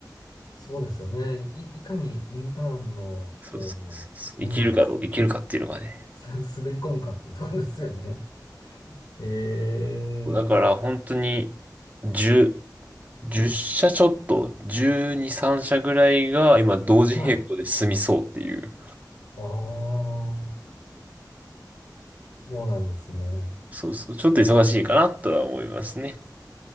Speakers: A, on the left; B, on the right.
A: そうですよね。い、いかにインターンの、
B: そうそうそうそう。
A: こう、メンバーにす、
B: 生きるかどう、生きるかっていうのがね。
A: す滑り込むかっていうところですよね。えー、
B: そうだから本当に10、じゅっ社ちょっと、12、3社ぐらいが今同時並行で進みそうっていう。
A: はい。ああ、そうなんですね。
B: そうそう。ちょっと忙しいかなとは思いますね。